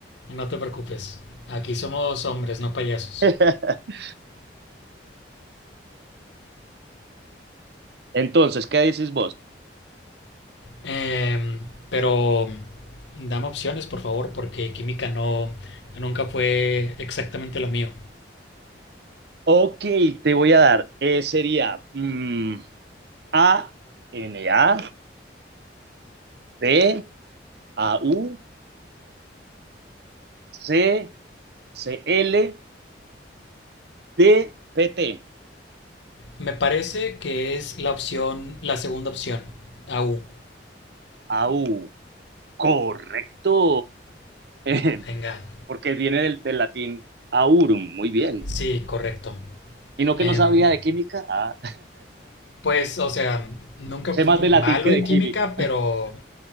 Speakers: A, on the left (about 75°); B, on the right (about 60°).
A: No te preocupes. Aquí somos hombres, no payasos.
B: <laughs> Entonces, ¿qué dices vos?
A: Eh, pero dame opciones, por favor, porque química no nunca fue exactamente lo mío.
B: Ok, te voy a dar. eh, sería mm, A, N, A, P, A, U, C, C, L, D, P, T.
A: Me parece que es la opción, la segunda opción. a u
B: A, U. Correcto. <laughs>
A: Venga.
B: porque viene del, del latín aurum, muy bien.
A: Sí, correcto.
B: Y no
A: Em,
B: que no sabía de química, ah,
A: pues, o sea, nunca
B: sé
A: fui
B: más de
A: malo
B: latín que
A: en
B: de química.
A: química, pero